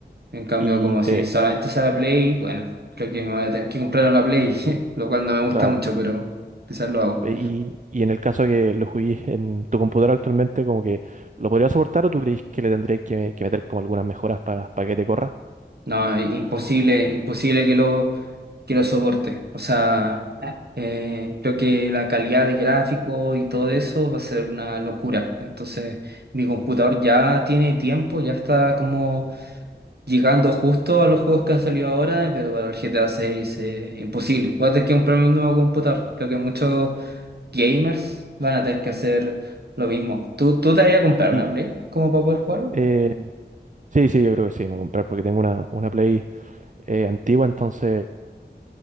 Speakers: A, on the right (about 65°); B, on the right (about 45°).
A: En cambio,
B: Y
A: como
B: te,
A: si solamente sale Play, bueno, creo que me voy a tener que comprar una Play, <laughs> lo cual no me gusta
B: claro.
A: mucho, pero quizás lo hago.
B: e- Y, y en el caso de que lo juguís en tu computador actualmente, como que ¿lo podrías soportar o tú creís que le tendrías que, que meter como algunas mejoras para que te corra?
A: No, imposible, imposible que lo, que lo soporte. O sea, eh, creo que la calidad de gráfico y todo eso va a ser una locura. Entonces, mi computador ya tiene tiempo, ya está como llegando justo a los juegos que han salido ahora, eh, pero para el GTA 6 es imposible. Voy a tener que comprarme un nuevo computador. Creo que muchos gamers van a tener que hacer lo mismo. ¿Tú, tú te vas a comprar
B: Y
A: una Play como para poder jugarlo?
B: eh, sí, sí, yo creo que sí, me voy a comprar porque tengo una, una Play eh, antigua, entonces